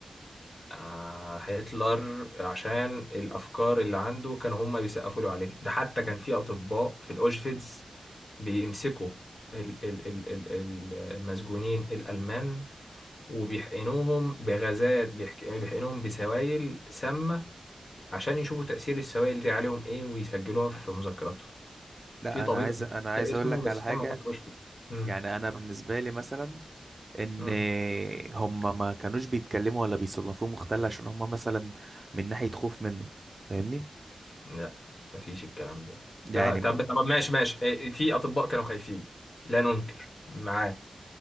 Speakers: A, on the left; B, on the right.
A: آه هتلر عشان الافكار اللي عنده كانوا هم بيسقفوا له عليه ده حتى كان في اطباء في الاوشفيتس بيمسكوا ال- ال- ال- ال- ال- المسجونين الألمان وبيحقنوهم بغازات بيحك... يعني بيحقنوهم بسوائل سامة عشان يشوفوا تأثير السوائل دي عليهم إيه ويسجلوها في مذكراتهم
B: لا
A: في طبيب
B: انا عايز
A: أنا
B: انا
A: مش
B: عايز
A: فاكر اسمه
B: اقول لك
A: بس
B: على حاجه
A: كان موجود في واشنطن مم.
B: يعني انا بالنسبه لي مثلا ان
A: مم.
B: هم ما كانوش بيتكلموا ولا بيصنفوه مختل عشان هم مثلا من ناحيه خوف منه فاهمني
A: لا مفيش الكلام ده تا-
B: يعني
A: طب طب ماشي ماشي إيه، في أطباء كانوا خايفين لا ننكر معاه